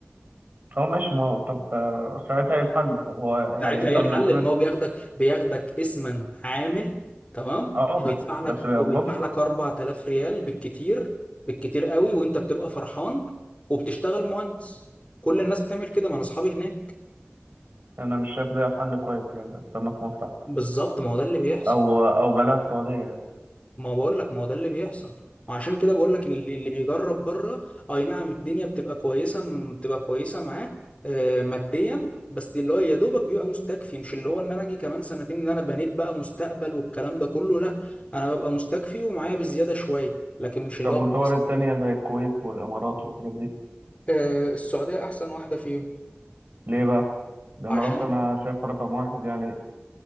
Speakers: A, on the right; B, on the left.
A: اه ماشي ما هو طب آه، ساعتها ايه الحل طب هو هيفضل
B: ساعتها ايه الحل
A: معتمد
B: ان هو بياخدك بياخدك اسما عامل تمام
A: اه بس
B: وبيدفع لك
A: بس بيقبضني
B: وبيدفع لك 4000 ريال بالكتير بالكتير قوي وانت بتبقى فرحان وبتشتغل مهندس كل الناس بتعمل كده ما انا اصحابي هناك
A: انا مش شايف ده حل كويس يعني استنى في مصر أحسن.
B: بالظبط ما هو ده اللي بيحصل
A: او او بلاها السعودية يعني.
B: ما بقول لك ما هو ده اللي بيحصل وعشان كده بقول لك اللي اللي بيجرب بره اي نعم الدنيا بتبقى كويسه م- بتبقى كويسه معاه آه، ماديا بس اللي هو يا دوبك بيبقى مستكفي مش اللي هو ان انا اجي كمان سنتين ان انا بنيت بقى مستقبل والكلام ده كله لا انا ببقى مستكفي ومعايا بزياده شويه لكن مش
A: طب
B: اللي هو
A: والدول
B: كويس
A: التانية
B: بقى.
A: زي الكويت والإمارات والحاجات دي
B: آه، السعوديه احسن واحده فيهم
A: ليه بقى؟ الإمارات
B: عشان
A: أنا شايفها رقم واحد يعني